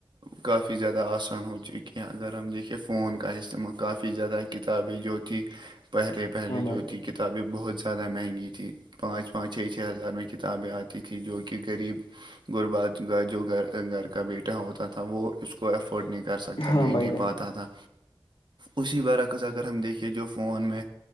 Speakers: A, on the right; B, on the left.
A: کافی زیادہ آسان ہو چکی ہیں اگر ہم دیکھیے فون کا استعمال کافی زیادہ کتابیں جو تھی پہلے پہلے
B: ہاں بھائی
A: جو تھی کتابیں بہت زیادہ مہنگی تھی تھیں پانچ پانچ چھ چھ ہزار میں کتابیں آتی تھیں جو کہ غریب غربات جو گھر گھر کا بیٹا ہوتا تھا وہ اس کو ایفورڈ نہیں کر سکتا
B: ہاں
A: لے
B: بھائی
A: نہیں
B: جان
A: پاتا تھا اسی برعکس اگر ہم دیکھے جو فون میں